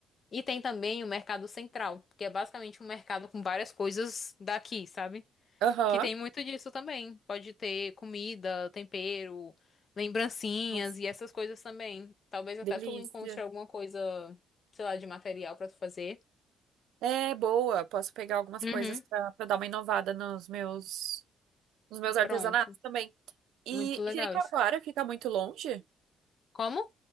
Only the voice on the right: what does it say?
Aham.
Nossa,
delícia.
É boa. Posso pegar algumas
coisas pra pra dar uma inovada nos meus, nos meus artesanatos
também. E
Jericoacoara
fica muito longe?